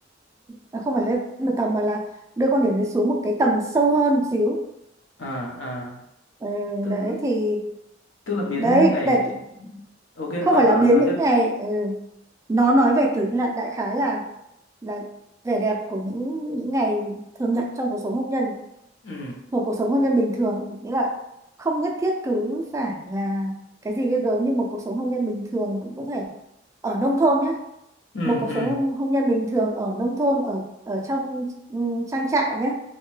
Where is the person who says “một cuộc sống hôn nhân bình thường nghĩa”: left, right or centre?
Right